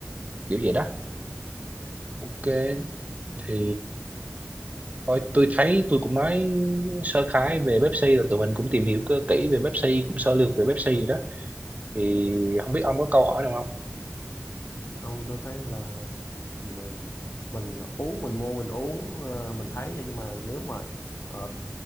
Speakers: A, on the right; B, on the left.
A: kiểu vậy đó ok thì Thôi tôi thấy tôi cũng nói sơ khái về Pepsi rồi tụi mình cũng tìm hiểu cơ kỹ về Pepsi cũng sơ lược về Pepsi rồi đó thì không biết ông có câu hỏi nào không?
B: không tôi thấy là ừ, mình uống mình mua mình uống ờ, mình thấy vậy nhưng mà nếu mà ờ,